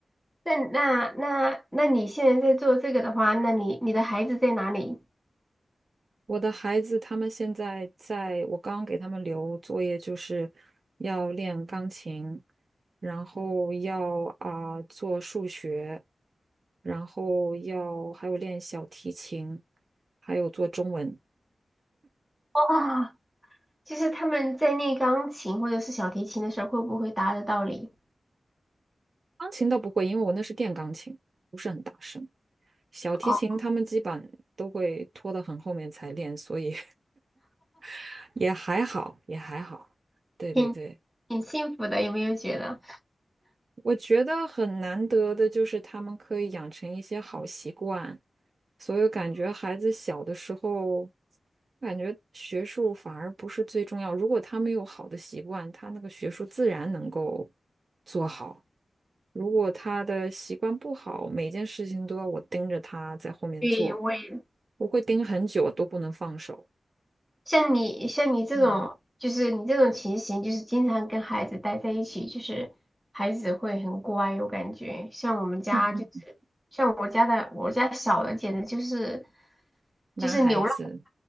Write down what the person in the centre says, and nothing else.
那那那那你现在在做这个的话，那你你的孩子在哪里？
哇，就是他们在练钢琴或者是小提琴的时候，会不会打得到你？
哦，
挺挺幸福的，有没有觉得？
对，我也
像你像你这种，
就是你这种情形，就是经常跟孩子待在一起，就是孩子会很乖，我感觉。像我们家就是，
像我家的，我家小的简直就是
就是流浪。